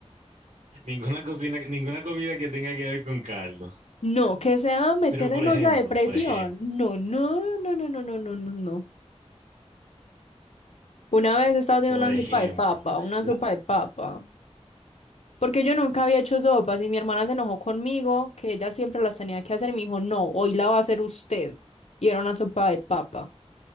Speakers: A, on the right; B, on the left.
A: ninguna cocina, ninguna comida que tenga que ver con caldo.
B: No, que sea meter
A: Pero, por
B: en
A: ejemplo,
B: olla de presión.
A: por ejemplo.
B: No, no, no, no, no, no, no, no. no. Una vez estaba haciendo
A: Por
B: una
A: ejemplo,
B: sopa de papa, una
A: la-
B: sopa de papa, porque yo nunca había hecho sopas y mi hermana se enojó conmigo, que ella siempre las tenía que hacer y me dijo, no, hoy la va a hacer usted. Y era una sopa de papa.